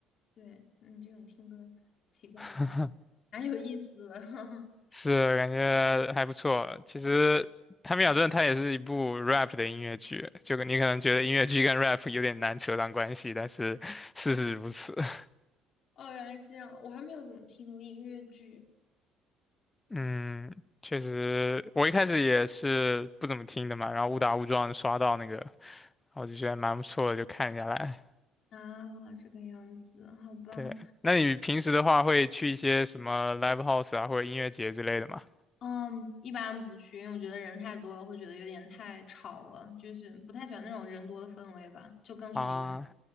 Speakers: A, on the left; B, on the left.
A: 对，你这种听歌习惯也还
B: <laughs>
A: 蛮有意思的。<laughs>
B: 是，感觉还不错。其实《汉密尔顿》它也是一部
A: 嗯
B: rap 的音乐剧，就你可能觉得音乐剧跟 rap 有点难扯上关系，但是事实如此。<laughs>
A: 哦，原来这样，我还没有怎么听过音乐剧
B: 嗯，确实，我一开始也是不怎么听的嘛，然后误打误撞刷到那个，我就觉得蛮不错的，就看下来。
A: 啊，这个样子，好吧，
B: 对，那你平时的话会去一些什么 live house 啊，或者音乐节之类的吗？
A: 嗯，一般不去，因为我觉得人太多了，会觉得有点太吵了，就是不太喜欢那种人多的氛围吧，就更喜欢一个人。
B: 啊，